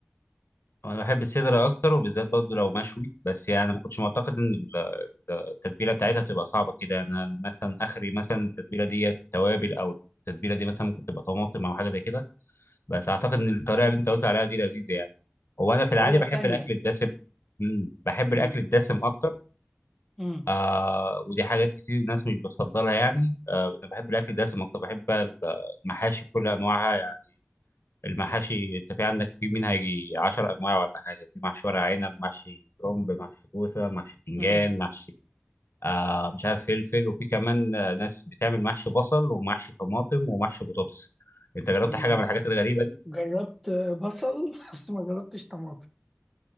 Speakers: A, on the left (about 70°); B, in the centre.
A: انا بحب الصدر اكتر وبالذات برضه لو مشوي بس يعني ما كنتش معتقد ان ال- التتبيله بتاعتها بتبقى صعبه كده يعني أنا مثلا اخري مثلا التتبيله ديت توابل او التتبيله دي مثلا ممكن تبقى طماطم او حاجه زي كده بس اعتقد ان الطريقه اللي انت قلت عليها دي لذيذه يعني هو انا في العادي
B: الطريقه
A: بحب
B: التانيه
A: الاكل الدسم مم، بحب
B: مم.
A: الاكل الدسم اكتر
B: مم.
A: آه ودي حاجات كتير الناس مش بتفضلها يعني آه انا بحب الاكل دسم اكتر بحب ال- المحاشي بكل انواعها يعني المحاشي انت في عندك في منها يجي 10 انواع ولا حاجه في محشي ورق عنب محشي كرنب محشي كوسه محشي بتنجان
B: مم.
A: محشي آه مش عارف فلفل وفي كمان آه، ناس بتعمل محشي بصل ومحشي طماطم ومحشي بطاطس انت جربت
B: مم.
A: حاجه من الحاجات الغريبه دي
B: جربت بصل <laughs> بس ما جربتش طماطم